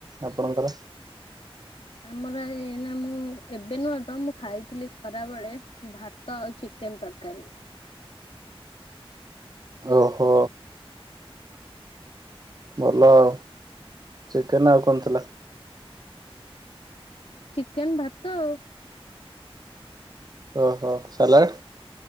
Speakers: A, on the right; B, on the left.
A: ଆପଣଙ୍କର?
B: ଆମର ଏଇନା ମୁଁ ଏବେ ନୁହଁ ତ ମୁଁ ଖାଇଥିଲି ଖରାବେଳେ ଭା ଭାତ ଆଉ ଚିକେନ ତରକାରୀ।
A: ଓହୋ ଭଲ ଆଉ ଚିକେନ ଆଉ କଣ ଥିଲା?
B: ଚିକେନ ଭାତ ଆଉ
A: ଓହୋ ସାଲାଡ଼।